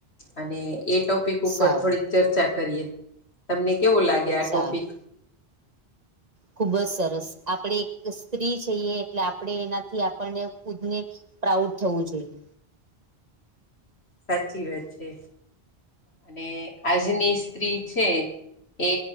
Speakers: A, on the left (about 85°); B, on the right (about 40°).
A: અને એ ટોપિક ઉપર
B: સારું
A: થોડીક ચર્ચા કરીએ તમને કેવો લાગે આ ટોપિક
B: સારું ખુબ
A: હા
B: જ સરસ આપણે એક સ્ત્રી છીએ, એટલે આપણે એનાથી આપણને ખુદને પ્રાઉડ થવું જોઈએ
A: સાચી વાત છે, અને આજની સ્ત્રી છે. એ